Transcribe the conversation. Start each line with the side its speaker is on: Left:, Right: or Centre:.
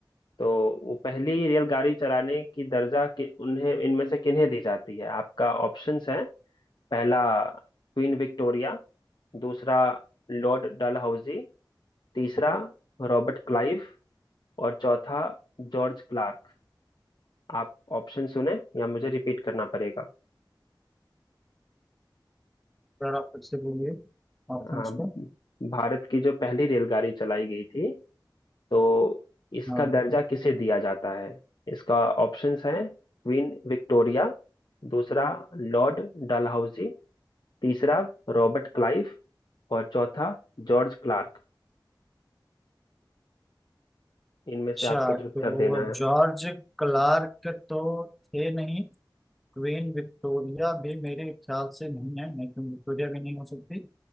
Left: तो वो पहली रेलगाड़ी चलाने की दर्जा कि उन्हें इनमें से किन्हें दी जाती है आपका ऑप्शंस है पहला क्वीन विक्टोरिया दूसरा लॉर्ड डलहौजी तीसरा रॉबर्ट क्लाइव और चौथा जॉर्ज क्लार्क आप ऑप्शन सुने या मुझे रिपीट करना पड़ेगा
Centre: सर आप फिर से बोलिए ऑप्शंस
Left: हाँ,
Centre: को
Left: भारत की जो पहली रेलगाड़ी चलाई गई थी तो इसका
Centre: हाँ
Left: दर्जा किसे दिया जाता है इसका ऑप्शंस हैं क्वीन विक्टोरिया दूसरा लॉर्ड डलहौजी तीसरा रॉबर्ट क्लाइव और चौथा जॉर्ज क्लार्क इनमें से
Centre: अच्छा
Left: आपको जो
Centre: तो
Left: उत्तर देना है
Centre: जॉर्ज क्लार्क तो थे नहीं क्वीन विक्टोरिया भी मेरे ख्याल से नहीं है नहीं क्वीन विक्टोरिया भी नहीं हो सकती